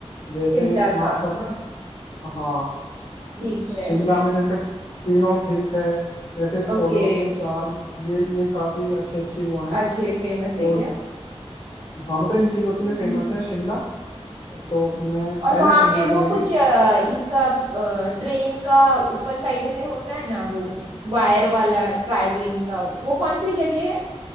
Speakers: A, on the left; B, on the right.
A: जैसे
B: शिमला
A: वहां
B: का
A: पर ना हाँ
B: ठीक
A: शिमला
B: है
A: में जैसे क्वीन ऑफ हिल्स है या फिर
B: ओके
A: कॉलोनियल चार्म ये ये काफी अच्छी अच्छी वो हैं
B: अच्छे फेमस
A: तो
B: है क्या
A: हाँ मतलब इन चीजों के लिए
B: हम्म,
A: फेमस
B: हम्म,
A: है शिमला
B: हम्म।
A: तो मैं
B: और
A: पहले
B: वहां
A: शिमला
B: पे
A: चलेंगे
B: वो कुछ अ, इसका ट्रेन का ऊपर साइड में होता है ना वो वायर वाला ट्रैवलिंग का वो कौन सी जगह है